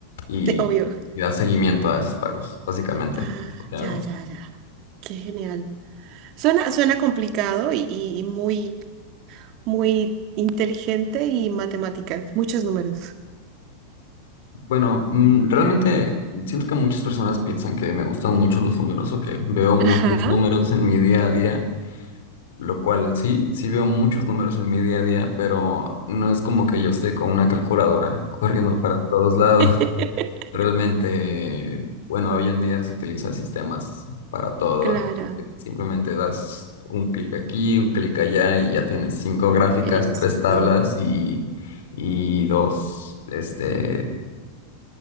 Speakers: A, on the left; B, on the right.
A: Y,
B: Te- obvio.
A: y da seguimiento a esos pagos, básicamente,
B: Ah,
A: lo que
B: ya,
A: hago.
B: ya, ya. Qué genial. Suena, suena complicado y, y- y muy, muy inteligente y matemáticas, muchos números.
A: Bueno, mm, realmente siento que muchas personas piensan que me gustan mucho los números o que veo muchos
B: Ajá.
A: números en mi día a día, lo cual sí, sí veo muchos números en mi día a día, pero no es como que yo esté con una calculadora corriendo para todos lados.
B: <laughs>
A: <laughs> Realmente, bueno, hoy en día se utilizan sistemas para todo.
B: Claro,
A: así que Simplemente das un clic aquí, un clic allá y ya tienes cinco gráficas,
B: el esto.
A: tres tablas y, y dos, este,